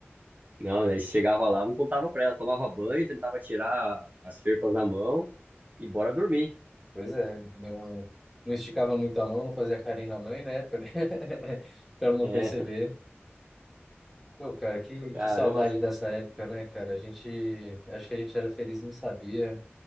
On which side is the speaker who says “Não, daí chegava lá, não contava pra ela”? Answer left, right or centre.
Right